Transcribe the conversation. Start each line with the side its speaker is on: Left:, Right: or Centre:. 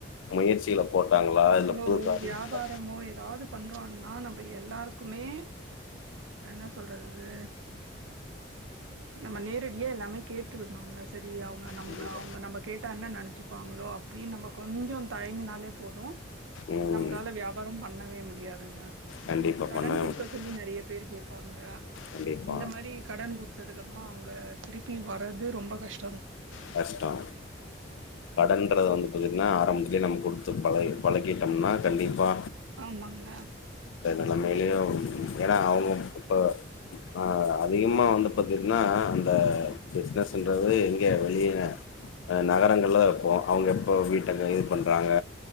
Left: முயற்சிகள போட்டாங்களா இல்ல
Right: நம்ம
Left: புது
Right: ஒரு
Left: காரணங்களா
Right: வியாபாரமோ எதாது பண்றோனா நம்ப எல்லாருக்குமே என்ன சொல்றது நம்ம நேரடியா எல்லாமே கேட்டு விடுனோங்க சரி அவங்க நம்
Left: தெரியல.
Right: அவங்க நம்ம கேட்டானே நெனைச் சிப்பாங்களோ அப்பிடின் நம்ம கொஞ்ச தயங்கினாலே போது
Left: ம்
Right: நம்மளால வியாபாரம் பண்ணவே முடியாதுங்க
Left: கண்டிப்பா
Right: கடன்
Left: பண்ணவே
Right: குடுக்க
Left: முடியாது
Right: சொல்லி நெறைய பேர் கேப் பாங்க
Left: கண்டிப்பா
Right: இந்த மாரி கடன் குடுத்ததுக்கு அப்பமா அவங்க திருப்பி வா வரது ரொம்ப கஷ்
Left: கஷ்டோ கடன்றத வந்து பாத்திங் ன்னா ஆரம்பத்துலே நம்ம குடுத்து பழகி பழகிட்டம்னா கண்டிப்பா
Right: ஆமாங்க
Left: இந்த மேலயும் ஏன்னா அவங்க இப்போ ஆ அதிகமா வந்து பாத்தீங்கன்னா அந்த பிஸ்னஸ்ன்றது கே வெளியில அ நகரங்கள்ல தா வெப்போ அவங்க எப்போ வீட்ட க இது பண்றாங்க